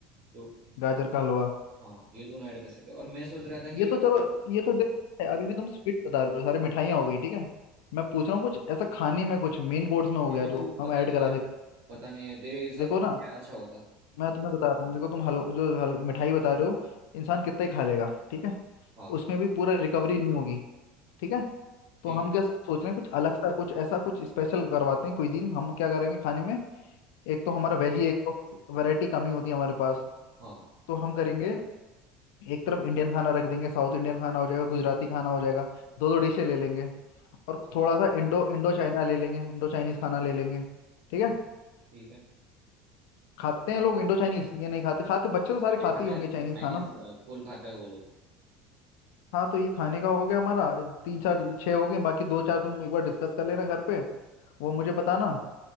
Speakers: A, on the right; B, on the left.
A: तो
B: गाजर का हलवा
A: हाँ ये दोनों ऐड कर सकते हैं और मैं सोच रहा था
B: ये
A: कि
B: तो चलो
A: हाँ,
B: ये तो देख अभी भी तुम स्वीट बता रहे हो सारी मिठाइयाँ हो गई ठीक है मैं पूछ रहा हूँ कुछ ऐसा खाने में कुछ मेन कोर्स में
A: खाने
B: हो गया
A: में
B: जो
A: तो
B: हम
A: पता
B: ऐड
A: नहीं
B: करा
A: है
B: सकते
A: पता नहीं है तेरे हिसाब
B: देखो
A: से
B: ना
A: क्या अच्छा होगा
B: मैं तुम्हें बता रहा हूँ देखो तुम हलवा
A: हाँ
B: जो हल मिठाई बता रहे हो इंसान कितना ही खा लेगा ठीक है
A: हाँ
B: उसमें भी पूरा रिकवरी नहीं होगी ठीक है
A: ठीक
B: तो हम क्या सोच रहे हैं कुछ अलग सा कुछ ऐसा कुछ स्पेशल करवाते हैं क्विजीन हम क्या करेंगे खाने में एक तो हमारा वेज ही एक तो वैरायटी कम ही होती है हमारे पास
A: हाँ
B: तो हम करेंगे एक तरफ इंडियन खाना रख देंगे साउथ इंडियन खाना हो जाएगा गुजराती खाना हो जाएगा दो दो डिशें ले लेंगे और
A: हाँ,
B: थोड़ा सा इंडो इंडो चाइना ले लेंगे इंडो चाइनीज खाना ले लेंगे ठीक है
A: ठीक है
B: खाते हैं लोग इंडो चाइनीज ये नहीं खाते खाते बच्चे तो सारे
A: ये
B: खाते
A: खाते
B: ही
A: हैं
B: होंगे चाइनीज
A: चाइनीज
B: खाना
A: फूल खाता है वो लोग
B: हाँ तो ये खाने का हो गया हमारा तीन चार छः हो गए बाकी दो चार तुम एक बार डिस्कस कर लेना घर पे वो मुझे बताना